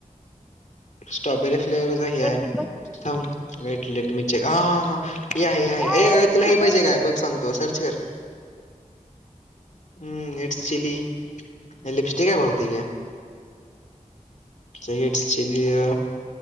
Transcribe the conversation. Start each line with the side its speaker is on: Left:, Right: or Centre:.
Left: स्ट्रॉबेरी फ्लेवर च हे
Centre: ए
Left: आहे.
Centre: बस
Left: थांब मेटलेट मी चेक हा ह ए आहे
Centre: हाय
Left: ए आहे
Centre: पोरगी
Left: तुला हे पाहिजे
Centre: आहे
Left: काय बघ सांग? तु सर्च कर. हम्म इट्स चिली लिपस्टिक आहे बहुतेक ह्या. It's chilli uh